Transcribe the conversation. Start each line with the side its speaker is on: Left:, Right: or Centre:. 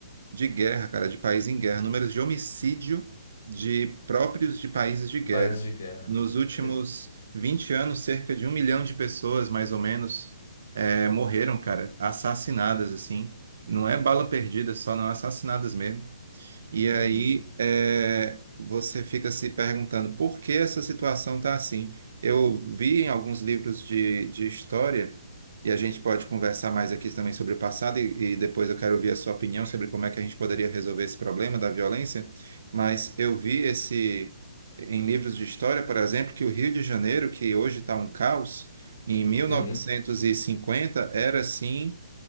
Right: de guerra, cara, de país em guerra, números de homicídio de próprios de países de guerra.
Left: Paz de guerra.
Right: Nos últimos
Left: É,
Right: 20 anos, cerca de um milhão de pessoas, mais ou menos, é, morreram, cara, assassinadas, assim. Não é bala perdida só, não, assassinadas mesmo. E aí
Left: uhum.
Right: é, você fica se perguntando por que essa situação está assim. Eu vi em alguns livros de, de história, e a gente pode conversar mais aqui também sobre o passado, e, e depois eu quero ouvir a sua opinião sobre como é que a gente poderia resolver esse problema da violência, mas eu vi esse em livros de história, por exemplo, que o Rio de Janeiro, que hoje está um caos, em mil novecentos
Left: Sim,
Right: e cinquenta era assim